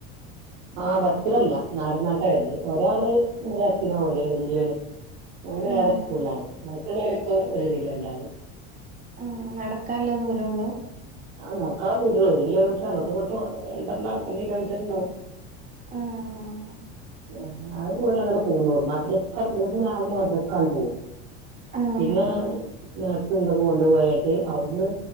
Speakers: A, on the right; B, on the right.
A: ആഹ്, ബസ്സിലല്ല നടന്നാട്ടാ വരല് ഒരാള് ബസ്സിനാ പോവല് വല്യോന് ഓന് വേറെ
B: ആഹ്
A: സ്കൂളാണ്. ബാക്കിലൊല്ലൊക്കെ ഒരുതിലാ രണ്ടാള്
B: ആഹ് നടക്കല്ല ദൂരൊള്ളു
A: ആഹ്, നടക്കാല ദൂരൊള്ളൂ, ഒര് കിലോമീറ്റർ അങ്ങട്ടിങ്ങട്ടും ഉണ്ടെന്ന രണ്ടിലോമീറ്റർ ഇണ്ടാവും
B: ആഹ്
A: <inaudible> ആഹ് അതല്ലേ ഓലങ്ങനെ പോവുന്നെ നാട്ടിലൊക്കെ <unintelligible> അങ്ങട്ട് പോവും
B: ആഹ്
A: പിന്നെ സ്നാക്സ് എന്തൊക്കൊ കൊണ്ട് പോയാട്ട് അവ്ട്ന്ന്